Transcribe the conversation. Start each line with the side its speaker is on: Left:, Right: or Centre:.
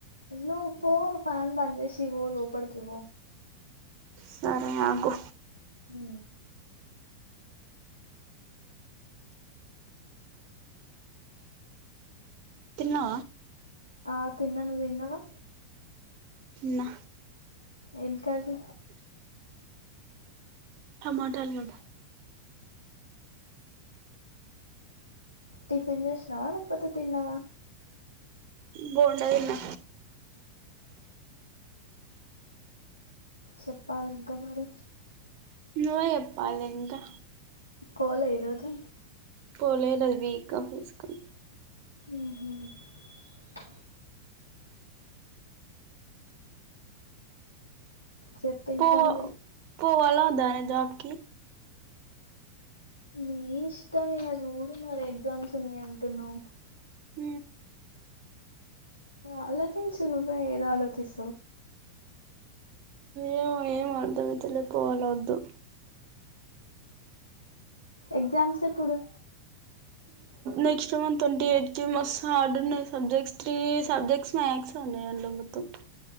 Left: లో పో ఫ్యాన్ బందసిీవ లోూపడుకివ
Right: సరే ఆకు
Left: అ
Right: తిన్నా
Left: ఆ తిన్నాను తిన్నవా
Right: నా
Left: ఏం కాది
Right: ఆ మాోటాల ఉంట
Left: టిఫన్ జష్ నవా పతే తన్నవా
Right: బోడా విన్నా
Left: చెప్పాలి ఇంకా మరి
Right: న చెప్పాలి ఇంకా
Left: పోలే ఈరోజు
Right: పోలే నబీకా ఫస్కం
Left: హ చెప్పు
Right: పో
Left: ఇంకా మరి
Right: పోవా ఉదానే జబకి
Left: న ఇష్టమే అది ఊరు మరి ఎగ్జామ్స్నే అంటున్నావు
Right: హ
Left: ఆలోచించించు ను బా ఏదో ఆలోచిించ
Right: ఏమ ఏం అర్తం తెలియకపోవాల వద్దు
Left: ఎగ్జామ్స్ ఎప్పుడు
Right: నెక్స్ట్ మన్ ట్వంటీ ఎయిట్ కి మ హార్డ్ ఉన్నాయి సబ్జెక్ట్స్ త్రీ సబ్జెక్ట్స్ మ్యాథ్స్ అనే ంట మత్తం